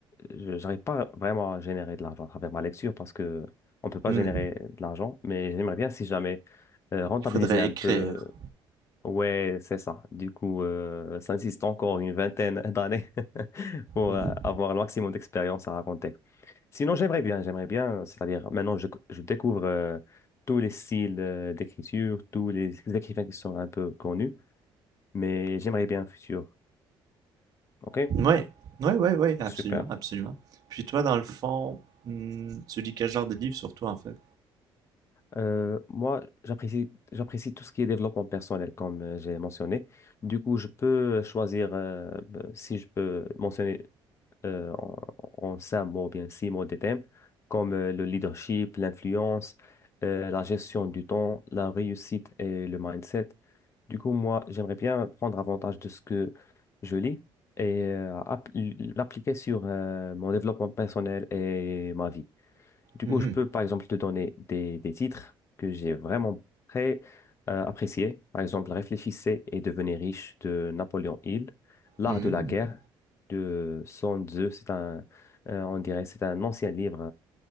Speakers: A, on the left; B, on the right.
A: je n'arrive pas vraiment à générer de l'argent à travers ma lecture parce que on peut pas
B: Hmm.
A: générer de l'argent, mais j'aimerais bien, si jamais, euh, rentabiliser
B: Il faudrait
A: un
B: écrire.
A: peu Ouais, c'est ça. Du coup, euh, ça nécessite encore une vingtaine <laughs> d'années <laughs> pour
B: Mhm.
A: euh, avoir le maximum d'expérience à raconter. Sinon, j'aimerais bien, j'aimerais bien, euh, c'est-à-dire maintenant, je, je découvre euh, tous les styles euh, d'écriture, tous les écrivains qui sont un peu connus, mais j'aimerais bien un futur. OK?
B: Ouais, ouais, ouais, ouais, absolument,
A: Super.
B: absolument. Puis toi, dans le fond, hmm, tu lis quel genre de livre surtout en fait?
A: Euh, moi, j'apprécie, j'apprécie tout ce qui est développement personnel, comme euh, j'ai mentionné. Du coup, je peux choisir, euh, si je peux mentionner euh, en, en cinq mots, ou bien six mots de thèmes, comme euh, le leadership, l'influence, euh, la gestion du temps, la réussite et le mindset. Du coup, moi, j'aimerais bien prendre avantage de ce que je lis et euh, app- l'appliquer sur euh, mon développement personnel et ma vie. Du
B: Mhm.
A: coup, je peux, par exemple, te donner des, des titres que j'ai vraiment très euh, appréciés. Par exemple, Réfléchissez et devenez riche de Napoléon Hill, L'art
B: Mhm,
A: de la guerre de Sun Tzu. C'est un, euh, on dirait, c'est un ancien livre